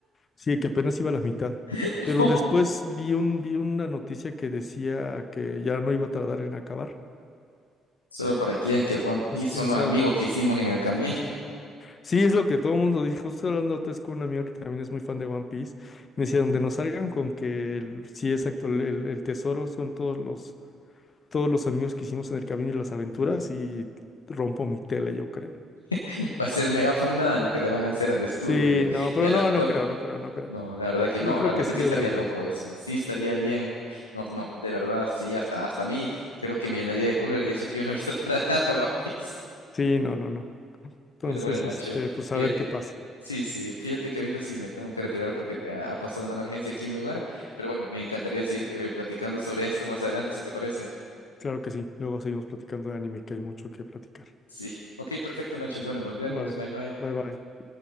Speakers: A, on the left; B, on the left.
A: Sí, que apenas iba a la mitad.
B: <laughs>
A: Pero después vi un, vi una noticia que decía que ya no iba a tardar en acabar.
B: Solo para que vean que One
A: Entonces,
B: Piece
A: quién
B: son los
A: sabe.
B: amigos que hicimos en el camino.
A: Sí, es lo que todo el mundo dijo. Justo hablando antes con un amigo que también es muy fan de One Piece. Me decía, donde nos salgan con que el, sí, exacto, el, el- el tesoro son todos los, todos los amigos que hicimos en el camino y las aventuras. Y rompo mi tele, yo creo.
B: <laughs> Va a ser mega funada lo que le van a hacer al estudio
A: Sí,
B: y,
A: no, pero
B: y al
A: no,
B: autor.
A: no creo, no creo, no creo.
B: No, la verdad que
A: Yo
B: no,
A: creo
B: la verdad
A: que sí
B: que sí estaría
A: hay algo
B: loco
A: ahí.
B: eso. Sí estaría bien. No, no, de verdad, sí, hasta, hasta a mí creo que me llenaría de cólera y eso que yo no he visto <laughs> para nada One Piece.
A: Sí, no, no, no. Entonces,
B: Pero bueno, Nacho,
A: este, pues
B: fíjate.
A: a ver qué pasa.
B: Sí, sí, fíjate que ahorita sí me tengo que retirar porque ah, ha pasado una emergencia aquí en mi hogar. Pero bueno, me encantaría seguir eh, platicando sobre esto más adelante, si te parece.
A: Claro que sí. Luego seguimos platicando de anime, que hay mucho que platicar.
B: Sí, ok, perfecto, Nacho. Bueno, nos vemos.
A: Vale,
B: Bye, bye.
A: bye bye.